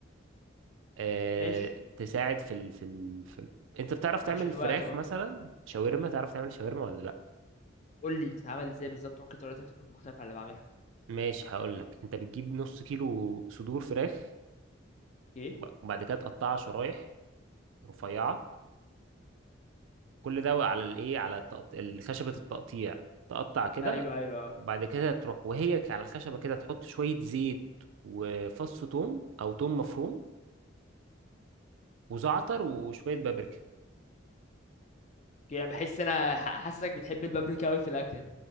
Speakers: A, on the right; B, on the left.
A: آه،
B: ماشي
A: تساعد في ال... في ال... في ال... انت بتعرف تعمل
B: عشان
A: فراخ
B: الوقت برضه
A: مثلا شاورما تعرف تعمل شاورما ولا لا
B: قول لي بتتعمل ازاي بالظبط ممكن طريقتك تكون مختلفة عن اللي بعملها
A: ماشي هقول لك انت بتجيب نص كيلو صدور فراخ
B: اوكي
A: وب- وبعد كده تقطعها شرايح رفيعه كل ده على الايه على التقط... خشبه التقطيع تقطع كده
B: ايوه ايوه أه.
A: وبعد كده تروح وهي على الخشبه كده تحط شويه زيت وفص ثوم او ثوم مفروم وزعتر وشويه بابريكا
B: يعني بحس انا ح- حاسك بتحب البابريكا قوي في الاكل